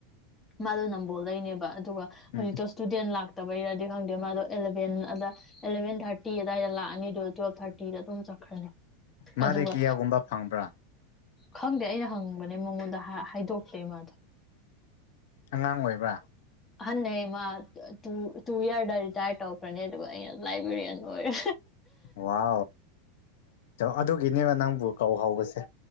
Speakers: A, on the left; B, on the left.
A: ꯃꯥꯗꯣ ꯅꯝꯕꯣꯜ ꯗꯩꯩꯅꯦꯕ ꯑꯗꯨꯒ
B: ꯎꯝ
A: ꯍꯧꯖꯤꯛꯇꯣ ꯏꯁꯇꯨꯗꯦꯟ ꯂꯥꯛ ꯇꯕꯩꯔꯗꯤ ꯈꯪꯗꯦ ꯃꯥꯗꯣ ꯑꯦꯂꯚꯦꯟ ꯑꯗ ꯑꯦꯂꯚꯦꯟ ꯊꯥꯔꯇꯤ ꯑꯗꯨꯋꯥꯏꯗ ꯂꯥꯛꯑꯅꯤꯗꯨ ꯇꯨꯋꯦꯜ ꯊꯥꯔꯇꯤꯗ ꯑꯗꯨꯝ ꯆꯠꯈ꯭ꯔꯅꯤ
B: ꯃꯥꯗꯤ
A: ꯑꯗꯨꯒ
B: ꯀꯤꯌꯥꯒꯨꯝꯕ ꯐꯪꯕ꯭ꯔꯥ
A: ꯈꯪꯗꯦ ꯑꯩꯅ ꯍꯪꯕꯅꯦ ꯃꯉꯣꯟꯗ ꯍꯥꯏꯗꯣꯛꯈꯦ ꯃꯥꯗ
B: ꯑꯉꯥꯡ ꯑꯣꯏꯕ꯭ꯔꯥ
A: ꯑꯍꯟꯅꯩ ꯃꯥ ꯇꯨ ꯏꯌꯥꯔꯗ ꯔꯤꯇꯥꯌꯔ ꯇꯧꯈ꯭ꯔꯅꯤ ꯑꯗꯨꯒ ꯑꯩꯅ ꯂꯥꯏꯕ꯭ꯔꯦꯔꯤꯌꯟ ꯑꯣꯏꯔꯦ
B: ꯋꯥ ꯑꯗꯨꯒꯤꯅꯦꯕ ꯅꯪꯕꯨ ꯀꯧ ꯍꯧꯕꯁꯦ